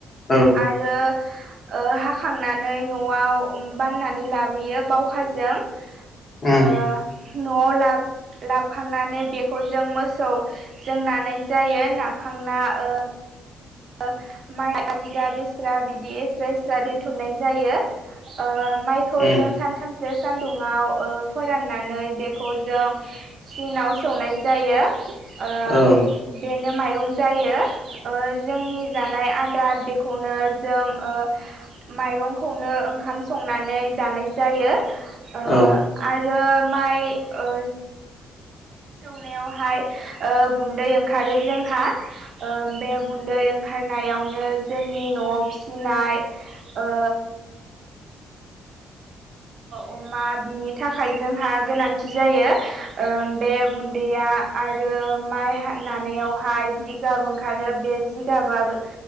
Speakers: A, on the left (about 45°); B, on the right (about 60°).
A: औ
B: आरो ओ हाखांनानै न'आव बाननानै लाबोयो बावखाजों
A: उम
B: ओ न'आव लाब लाबखांनानै बेखौ जों मोसौ जों नानाय जायो नाखांना ओ ओ माइ जिगाब एस्रा बिदि एस्रा-एस्रा दोनथुमनाय जायो। ओ माइखौ
A: उम
B: जों सानथाम सो सान्दुंङाव ओ फोराननानै बेखौ जों चिनाव सौनाय जायो। ओ
A: औ उम औ
B: बेनो माइरं जायो। ओ जोंनि जानाय आदार बेखौनो जों ओ माइरंखौनो ओंखाम संनानै जानाय जायो। ओ
A: औ
B: आरो माइ ओ सौनायावहाय ओ गुन्दै ओंखारो जोंहा ओ बे गुन्दै ओंखारनायावनो जोंनि न'आव फिसिनाय ओ अमा बिनि थाखाय जोंहा गोनांथि जायो बे गुन्दैया आरो माइ नानायावहाय जिगाब ओंखारो बे जिगाबाबो